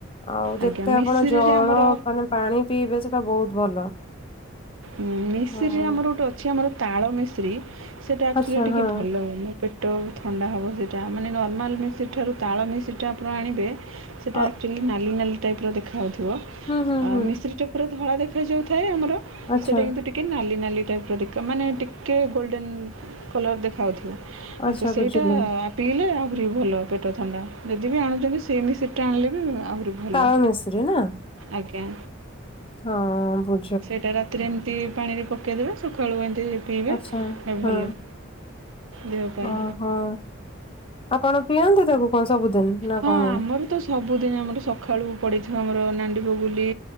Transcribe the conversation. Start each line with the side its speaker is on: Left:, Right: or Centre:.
Left: ଆଉ ଯେତେ
Right: ଆଜ୍ଞା ମିଶିରିରେ
Left: ଆପଣ ଜଳ
Right: ଆମର
Left: ମାନେ ପାଣି ପିଇବେ ସେଟା ବହୁତ୍ ଭଲ।
Right: ଉଁ ମିଶ୍ରିରେ
Left: ହଁ
Right: ଆମର ଗୋଟେ ଅଛି ଆମର ତାଳ ମିଶ୍ରୀ ସେଇଟା ଆକ୍ଚୁଆଲି
Left: ଆଚ୍ଛା
Right: ଟିକେ
Left: ହଁ
Right: ଭଲ ମ ପେଟ ଥଣ୍ଡା ହେବ ସେଇଟା ମାନେ ନର୍ମାଲ ମିସିରି ଠାରୁ ତାଳ ମିଶିରିଟା ଆପଣ ଆଣିବେ ସେଇଟା
Left: ଅ
Right: ଆକ୍ଚୁଲି ନାଲି ନାଲି ଟାଇପର ଦେଖାହେଉଥିବ
Left: ହୁଁ ହୁଁ ହୁଁ
Right: ମିଶିରି ପୁରା ଧଳା ଦେଖା ଯାଉଥାଏ ଆମର
Left: ଆଚ୍ଛା
Right: ସେଇଟା କିନ୍ତୁ ଟି ଟିକେ ନାଲି ନାଲି ଟାଇପ୍ର ଦଖ ମାନେ ଟିକେ ଗୋଲ୍ଡେନ୍ କଲର୍ ଦେଖାଉଥିବ
Left: ଆଚ୍ଛା
Right: ତସେଇଟା
Left: ବୁଝିଲି।
Right: ପିଇଲେ ଆହୁରି ଭଲ ପେଟ ଥଣ୍ଡା ଯଦିବି ଆଣୁଚନ୍ତି ସେଇ ମିସିଟ୍ଟା ଆଣିଲେବି ଆହୁରି ଭଲ
Left: ତାଳ ମିଶ୍ରିନା?
Right: ଆଜ୍ଞା।
Left: ହଁ ବୁଝୁ
Right: ସେଇଟା ରାତିରେ ଏମିତି ପାଣିରେ ପକାଇଦେବେ ସକାଳୁ <unintelligible>
Left: ଆଛା
Right: ଏ ଭଲ
Left: ହଁ
Right: ଦେହ ପାଇଁ
Left: ଓହୋ ଆପଣ ପିଅନ୍ତି ତାକୁ କଣ ସବୁଦିନ ନା
Right: ହଁ
Left: କଣ?
Right: ଆମର ତ ସବୁଦିନ ଆମର ସଖାଳୁ ପଡ଼ିଥିବ ଆମର ନାଣ୍ଡି ବଗୁଲି।